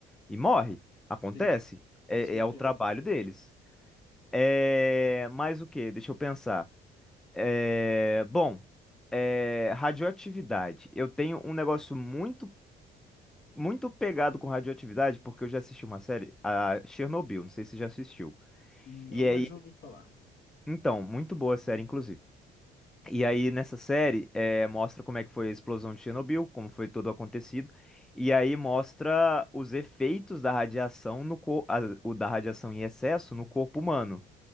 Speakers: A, in the centre; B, on the left.
A: e morre. Acontece.
B: sim,
A: É,
B: com certeza.
A: é o trabalho deles. É... Mas o quê? Deixa eu pensar. É, bom, é, radioatividade. Eu tenho um negócio muito, muito pegado com radioatividade, porque eu já assisti uma série, a Chernobyl, não sei se você já assistiu.
B: Não,
A: E aí,
B: mas eu ouvi falar.
A: então, muito boa a série, inclusive. E aí, nessa série, é, mostra como é que foi a explosão de Chernobyl, como foi todo acontecido. E aí mostra os efeitos da radiação no cor... a- o da radiação em excesso no corpo humano.